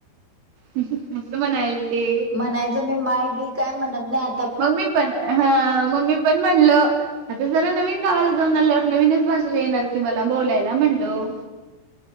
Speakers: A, on the right; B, in the centre.
A: असं म्हणायलते.
B: म्हणायचं मी माय बी काय म्हणत नाही आ
A: मग मी पण,, हा मी पण म्हणलं आता जरा नवीन गावाला जाऊन आल्यावर नवीनच भाषा येणार की मला बोलायला म्हणलं.